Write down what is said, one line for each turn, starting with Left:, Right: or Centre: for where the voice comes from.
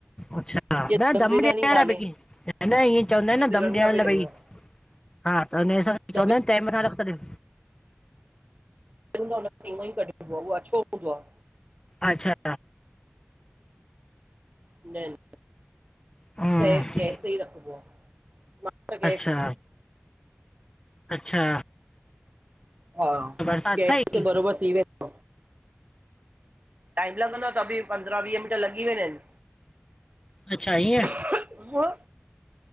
Left: अच्छा,
Right: इहा
Left: न दम
Right: बिरयानी
Left: ॾियण
Right: कान्हे
Left: लाइ भई
Right: इहा
Left: क न इअं चवंदा आहिनि न
Right: तिरंगा
Left: दम ॾियण
Right: बिरयानी
Left: लाइ भई।
Right: आहे
Left: हा त हुनजे हिस चवंदा
Right: दम
Left: आहिनि तये मथां रख् त दि्।
Right: सि हुन खे ईन्दो ई कढिबो उहो अछो हूंदो आहे।
Left: अचछा
Right: न।
Left: हम्म
Right: तए ई गैस ते ही रखबो् आ। मां त
Left: अच्छा अच्छा
Right: हा,
Left: बरसाति
Right: गैस
Left: अथई
Right: तै बरोबर थीं वेंदो। टाइम लॻंदो आहे त बि पंद्रहं वीह मिंट लॻी वेंदा आहिनि।
Left: अच्छा ईएंं
Right: हा